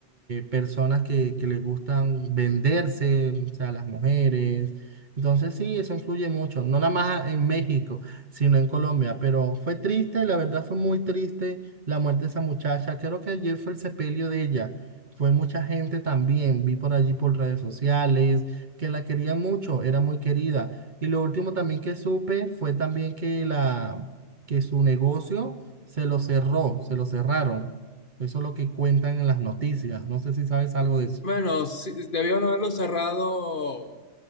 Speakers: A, on the right (about 45°); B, on the left (about 45°).
A: personas que, que les gustan venderse, o sea, las mujeres. Entonces sí, eso influye mucho, no nada más en México, sino en Colombia, pero fue triste, la verdad fue muy triste la muerte de esa muchacha. Creo que ayer fue el sepelio de ella. Fue mucha gente también, vi por allí por redes sociales que la quería mucho, era muy querida. Y lo último también que supe fue también que, la, que su negocio se lo cerró, se lo cerraron. Eso es lo que cuentan en las noticias. No sé si sabes algo de eso.
B: Bueno, sí, debieron haberlo cerrado